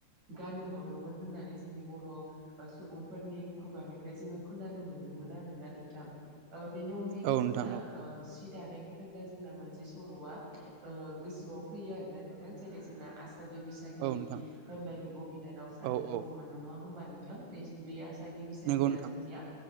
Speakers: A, on the right; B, on the right.
A: गानो हरोमोन होननानै नानै जोंनि बर' सुबुंफोरनि खुगानिफ्राय जोङो खोनानो मोन <unintelligible> आरोना नोंथांन ओ बेनि अनायैबो
B: औ नोंथां
A: जोंना
B: औ
A: ओ सिट दानाय होनोब्ला जोंना मोनसे सल' बे समावनो ओ गोसोआव फैयो आरोना नोंथां जेरै जोंना आसाम बैसागि
B: औ नोंथां
A: होननाय बिब' बिनानाव सानै
B: औ
A: दङमोन
B: औ
A: नङा होमबा नोंथां। बे आसागि बैसागिया
B: नंगौ नोंथां
A: जोंनिया